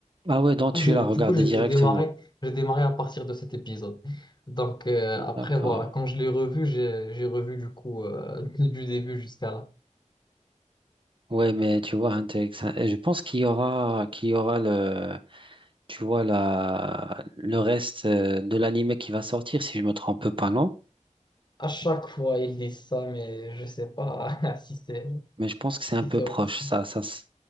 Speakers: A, on the right; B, on the left.
A: Ah ouais, donc
B: coup,
A: tu
B: j'ai-
A: l'as
B: Du
A: regardé
B: coup, j'ai
A: directement.
B: j'ai démarré, j'ai démarré à partir de cet épisode. Donc euh, après,
A: D'accord.
B: voilà, quand je l'ai revu, j'ai j'ai revu du coup euh, <laughs> du début jusqu'à là.
A: Ouais, mais tu vois, Hunter x Hunter, je pense qu'il y aura, qu'il y aura le Tu vois, la, le reste euh, de l'anime qui va sortir, si je me trompe pas, non?
B: À chaque fois, ils disent ça, mais je sais pas <laughs> si c'est
A: Mais je pense que c'est un
B: si
A: peu
B: c'est
A: proche.
B: officiel.
A: Ça, ça, se-